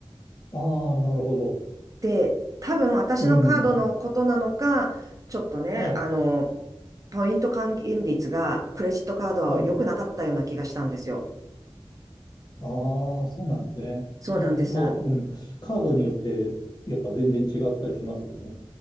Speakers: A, on the left (about 45°); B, on the right (about 35°).
A: ああ、なるほど。
B: で、多分私のカードのことなのか、
A: うん。
B: ちょっとね、
A: はい。
B: あの、ポイント還元率がクレジットカードは良くなかったような気がしたんですよ。
A: はい。ああ、そうなんですね。
B: そうなんです。
A: あーまあ、うん。カードによって、やっぱ全然違ったりしますよね。